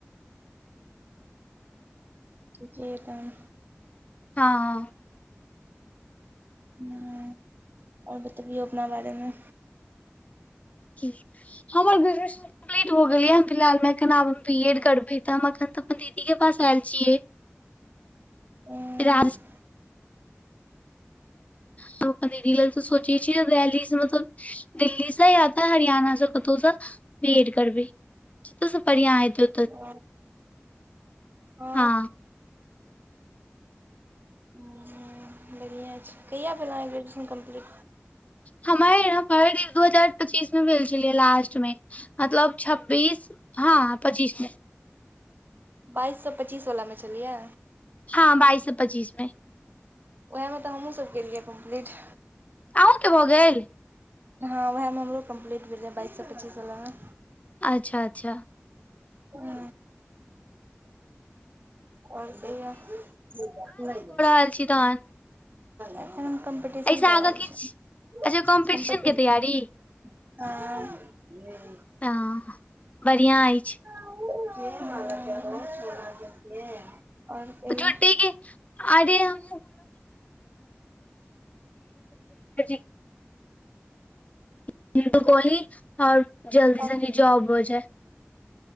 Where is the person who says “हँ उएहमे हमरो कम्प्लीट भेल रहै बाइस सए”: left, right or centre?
Right